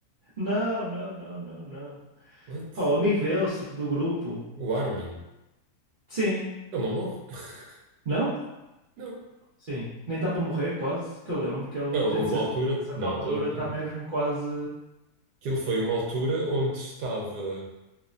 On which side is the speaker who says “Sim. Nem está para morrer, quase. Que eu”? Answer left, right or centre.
Right